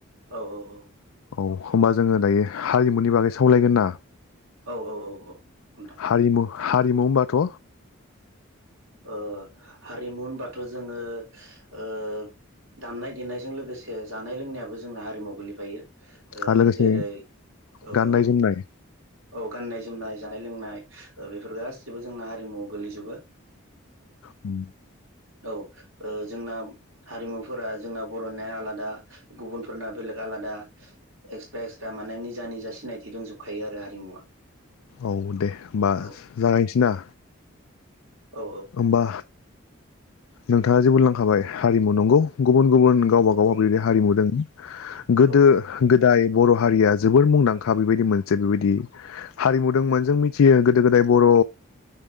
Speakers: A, on the right; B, on the left.
A: औ औ औ
B: औ होमबा जोङो दायो हारिमुनि बागै सावलायगोन ना?
A: औ औ औ औ नोंथां
B: हारिमु हारिमु होनबाथ'
A: ओ हारिमु होनबाथ' जोङो ओ दामनाय देनायजों लोगोसे जानाय लोंनायाबो जोंना हारिमु गोग्लैफायो। ओ
B: आरो लोगोसे
A: जेरै औ
B: गाननाय
A: औ औ
B: जोमनाय
A: औ गाननाय जोमनाय जानाय लोंनाय ओ बेफोर गासिबो जोंना हारिमुवाव गोगलैजोबो
B: औ
A: औ ओ जोंना हारिमुफोरा जोंना बर'निया आलादा गुबुनफोरना बेलेग आलादा दा एक्सट्रा एक्सट्रा माने निजा निजा सिनायथि दंजोबखायो आरो हारिमुवा।
B: औ दे होमबा
A: औ
B: जागायनोसै ना
A: औ
B: होमबा नोंथाङा जे बुनलांखाबाय हारिमु नंगौ गुबुन गुबुन गावबा गावा
A: औ
B: बेदि हारिमु दों गोदो
A: औ
B: गोदाय बर' हारिया जोबोर मुंदांखा बेबायदि मोनसे बेबायदि हारिमु दोंमोन जों मिन यो गोदो गोदाय बर'